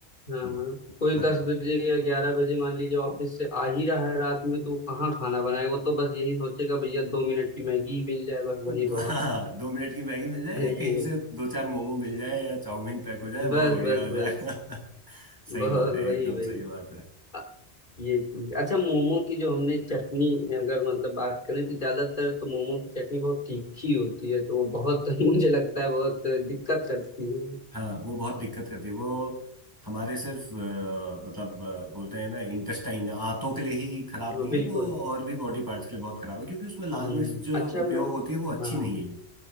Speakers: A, on the left; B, on the right.
A: हाँ
B: हम्म,
A: हाँ। कोई
B: बताइए
A: दस बजे या ग्यारह बजे मान लीजिए ऑफिस से आ ही रहा है रात में तो वो कहाँ खाना बनाए वो तो बस यही सोचेगा भैया दो मिनट की मैगी ही मिल जाए बस वही
B: दो-
A: बहुत
B: हाँ दो मिनट की मैगी मिल जाए
A: <laughs>
B: या
A: है।
B: कहीं
A: ये
B: से दो चार मोमो मिल जाए या चाउमीन पैक हो जाए बहुत
A: बस
B: बढ़िया
A: बस
B: हो जाएगा
A: बस
B: <laughs> सही
A: बहुत
B: बात है
A: वही
B: एकदम
A: वही
B: सही बात है
A: अ, ये चीज अच्छा मोमो की जो हमने चटनी अगर मतलब बात करें तो ज्यादातर तो मोमो की चटनी बहुत तीखी होती है तो वो बहुत <laughs> मुझे लगता है बहुत दिक्कत करती है
B: हाँ वो बहुत दिक्कत करती है वो हमारे सिर्फ अ, मतलब अ, बोलते हैं ना इंटेस्टाइन आंतों के लिए ही खराब
A: वो,
B: नहीं
A: बिल्कुल
B: है वो और भी बॉडी पार्ट्स के लिए बहुत खराब है क्योंकि उसमें लाल
A: हम्म
B: मिर्च जो
A: अच्छा
B: उपयोग
A: मैं
B: होती है वो अच्छी
A: हाँ
B: नहीं है